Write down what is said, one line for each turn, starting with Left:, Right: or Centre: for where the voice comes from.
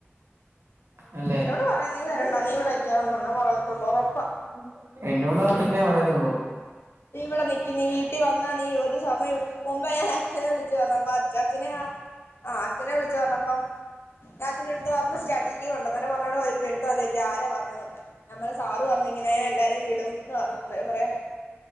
Left: ആ
Right: അല്ലെ
Left: എന്നോട് പറയാ നീ
Right: ഇന്നോടും
Left: വരണ്ട നീ ഇവിടെ നിക്കാതെ പറഞ്ഞാ പറയത്തുള്ളൂ ഉറപ്പാ
Right: <unintelligible> എന്നോടും അതന്നെ പറയത്തൊള്ളൂ
Left: നീ ഇവടെ നിക്ക് നീ വീട്ടി വന്നാ നീ ഒരു സമയം ഇവെടെ കുമ്പേ ഞാനച്ഛനെ വിളിച്ചു പർണപ്പൊ അഛാച്ചനെഹാ ആഹ് അച്ഛനെ വിളിച്ചു പർണപ്പം ഞാ അച്ഛന്റെട്ത്ത് പർണ് സ്റ്റഡീലീവുണ്ടെന്ന് അങ്ങനെ പറർണേരം ചോയിക്യാ എട്ത്തപോല്ലെ ചോയിക്കാ ആരാ പർണതെന്ന് ഞാം പർണ് സാറ് പറണ് ഇങ്ങനെ എല്ലാരേം വിടുംന്ന് പർണു ഇന്നാലെ പറയാ